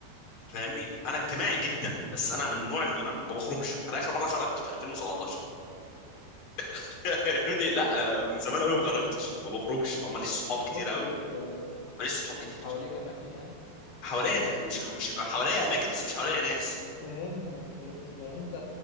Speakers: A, on the left; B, on the left.
A: فاهمني انا اجتماعي جدا بس انا من النوع اللي انا ما بخرجش انا اخر مره خرجت في 2017 <laughs> فاهمني لا انا من زمان قوي
B: امم
A: ما خرجتش ما بخرجش او ماليش صحاب
B: ما بتخرجش
A: كتير قوي
B: ليه انت
A: ماليش صحاب
B: انت
A: كتير
B: مش حواليك اماكن يعني
A: حواليا أنا- مش مش حواليا اماكن بس مش حواليا ناس
B: فهمتك فهمتك يعني انت